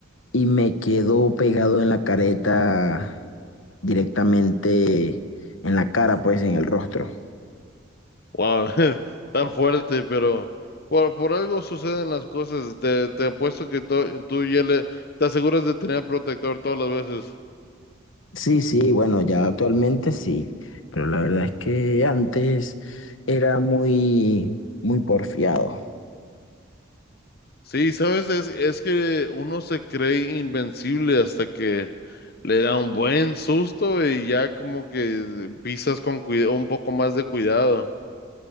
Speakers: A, on the left; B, on the left.
A: y me quedó pegado en la careta directamente en la cara, pues en el rostro.
B: Wow, <laughs> tan fuerte, pero por, por algo suceden las cosas. Te, te apuesto que to- tú ya le te aseguras de tener protector todas las veces.
A: Sí, sí, bueno, ya actualmente sí, pero la verdad es que antes era muy, muy porfiado.
B: Sí, sabes, es, es que uno se cree invencible hasta que le da un buen susto y ya como que pisas con cuida- un poco más de cuidado.